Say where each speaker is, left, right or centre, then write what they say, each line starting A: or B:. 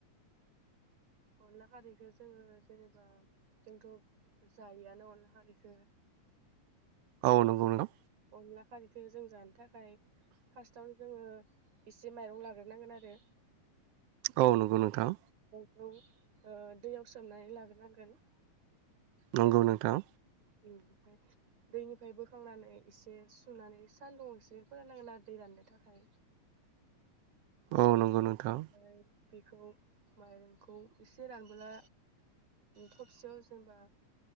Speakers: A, on the right; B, on the right.
A: ओम अनला खारैखौ जोङो जेनेबा जोंथ' जायोआनो अनला खारैखो
B: औ नंगौ नोंथां
A: अनला खारिखो जों जानो थाखाय फार्स्टआव जोङो एसे माइरं लाग्रोनांगोन आरो
B: औ नंगौ नोंथां
A: खौ दैयाव सोमनानै लाग्रोनांगोन
B: नंगौ नोंथां
A: ओमफ्राय दैनिफ्राय बोखांनानै एसे सुनानै सान्दुं एसे फोराननांगोन आरो दै राननो थाखाय
B: औ नंगौ नोंथां
A: ओमफ्राय बेखौ माइरंखौ एसे रानबोला थबसेयाव जेनेबा